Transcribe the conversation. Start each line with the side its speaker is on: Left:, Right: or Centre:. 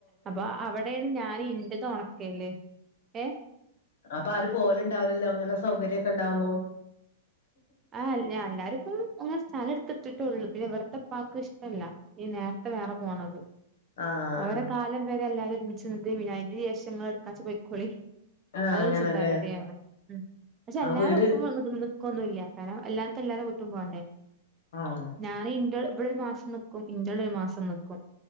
Right: അപ്പൊ അവിടേണ് ഞാന് ഇന്റെതൊണക്കല് ഏ
Left: അപ്പൊ ആര് പോലു ണ്ടാവുലല്ലോ ങ്ങനെ സൗകര്യക്ക ട്ടാവുമ്പോ
Right: ആ അല്ല് ഞാ ന്ന ഇപ്പം ഞാ സ്ഥലം എടുത്തിട്ടിട്ടേ ഉള്ളൂ പിന്നെ ഇവിടെ പപ്പാക്കു ഇഷ്ടല്ല ഈ നേരത്തെ വേറെ പോണത്
Left: ആഹ്
Right: ഓരെ കാലം വരെ അല്ലാരും ഒരുമിച്ച് നിക്ക് അയിനുശേഷം എടുക്കാച്ചാ പയിക്കോളിൻ
Left: ആഹ്
Right: അത്
Left: അങ്ങനല്ലേ
Right: ഒരു ചിന്താഗതിയാണ് ഉം പക്ഷെ
Left: ആ
Right: എല്ലാരും
Left: വീട്
Right: ഒപ്പമാണോ നിക്കുന്നത്? ക്കൊന്നുമില്ല കാരണം എല്ലർക്കും എല്ലാരും വീട്ടും പോകണ്ടേ?
Left: ആഹ്
Right: ഞാൻ ഇൻങ്ങളെ ഇവിടൊരു മാസം നിക്കും ഇൻറവിടെ ഒരു മാസം നിക്കും